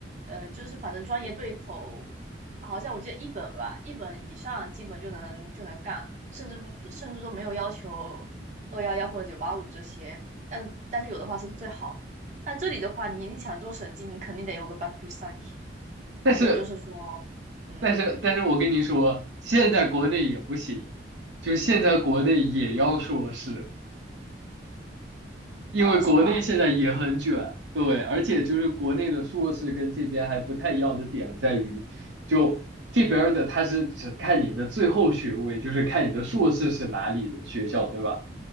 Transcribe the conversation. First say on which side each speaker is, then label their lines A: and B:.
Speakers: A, on the right (about 45°); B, on the right (about 80°).
A: 呃呃就是反正专业对口，啊好像我记得一本吧，一本以上基本就能就能干，甚至不不甚至都没有要求二幺幺或者九八五这些，但但是有的话是最好。但这里的话，你你想做审计，你肯定得有个 bac plus 5，
B: 但是，
A: 反正就是说。嗯，
B: 但是，但是我跟你说，现在国内也不行，就现在国内也要硕士，因为国内现在也很卷。
A: 哦，是吗？
B: 对，而且就是国内的硕士跟这边还不太一样的点在于，就这边儿的，他是只看你的最后学位，就是看你的硕士是哪里的学校，对吧？